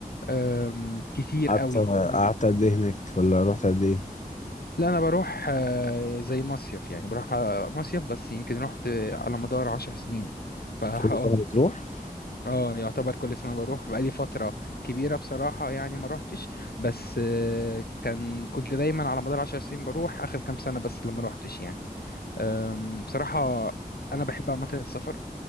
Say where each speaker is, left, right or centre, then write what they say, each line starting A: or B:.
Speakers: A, on the left (about 90°); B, on the left (about 50°).
A: آم، كتير
B: قعدت
A: قوي مم-
B: قعدت قد إيه هناك ولا رحت قد إيه؟
A: لا انا بروح آه، زي مصيف يعني بروح آه، مصيف بس يمكن رحت آه، على مدار عشر سنين فا <laughs>
B: كل
A: اه
B: سنة بتروح؟
A: اه يعتبر كل سنة بروح بقالي فترة كبيرة بصراحة يعني ما روحتش بس آه، كان كنت دايما على مدار عشر سنين بروح آخر كام سنة بس لما روحتش يعني آم، بصراحة أنا بحب عامة السفر